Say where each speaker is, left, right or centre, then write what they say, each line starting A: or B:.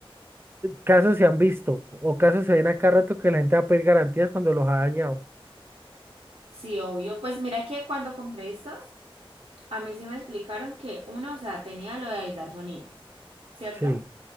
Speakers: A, on the right; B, on the right.
A: casos se han visto o casos se ven a cada rato que la gente va a pedir garantías cuando los ha dañado.
B: Sí, obvio. Pues mira que cuando compré estos, a mí sí me explicaron que uno, o sea, tenía lo de aislar sonido, ¿cierto?
A: Sí,